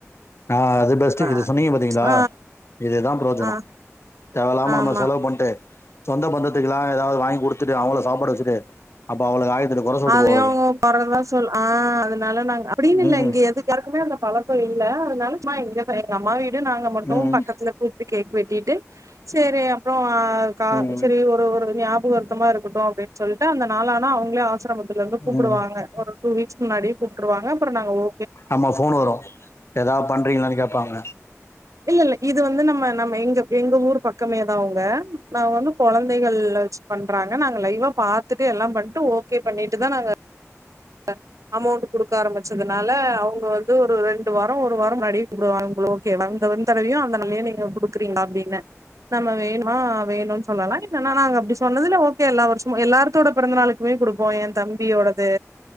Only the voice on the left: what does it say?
ஆ அது பெஸ்ட்
இது சொன்னீங்க பாத்தீங்களா
இதுதா புரோஜனோ
தேவெல்லாம
நம்ம செலவு பண்ட்டு சொந்த பந்தத்துக்குல்லா எதாவ்து வாங்கி குடுத்துட்டு அவங்கள சாப்பாட வச்சுட்டு அப்ப அவளுக ஆய்ரத்தெட்டு கொற சொல்ட்டு
போவாளுக
ம்
ம்
ம்
ம்
ஆமா ஃபோன் வரு எதா பண்றீங்களான்னு கேப்பாங்க